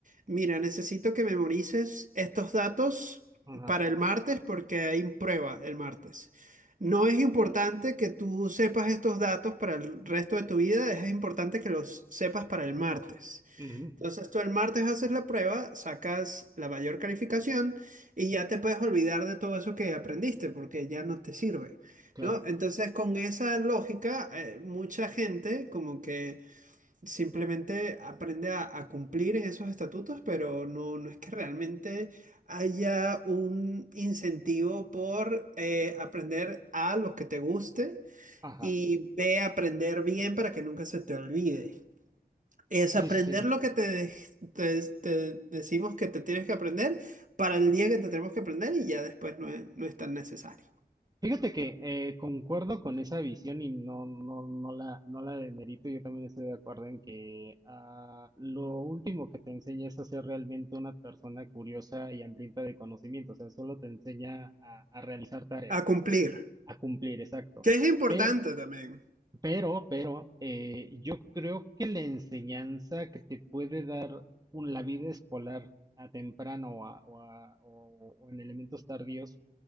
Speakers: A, on the right; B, on the right.
A: mira, necesito que memorices estos datos
B: ajá,
A: para el martes porque hay prueba el martes. No es importante que tú sepas estos datos para el resto de tu vida, es importante que los sepas para el martes.
B: ujú,
A: Entonces tú el martes haces la prueba, sacas la mayor calificación y ya te puedes olvidar de todo eso que aprendiste porque ya no te sirve,
B: claro,
A: ¿no? Entonces con esa lógica, eh, mucha gente como que Simplemente aprende a, a cumplir en esos estatutos, pero no, no es que realmente haya un incentivo por eh, aprender a lo que te guste
B: ajá,
A: y ve a aprender bien para que nunca se te olvide. Es
B: sí,
A: aprender
B: sí.
A: lo que te, dej- te- te decimos que te tienes que aprender para el día que te tenemos que aprender y ya después no es, no es tan necesario.
B: Fíjate que eh, concuerdo con esa visión y no, no, no la, no la demerito. Yo también estoy de acuerdo en que ah, lo último que te enseña es a ser realmente una persona curiosa y hambrienta de conocimiento. O sea, solo te enseña a, a realizar tareas,
A: A cumplir,
B: a cumplir, exacto.
A: que es importante
B: Pero,
A: también.
B: pero, pero, eh, yo creo que la enseñanza que te puede dar un- la vida escolar a temprano o a- o a- o- o en elementos tardíos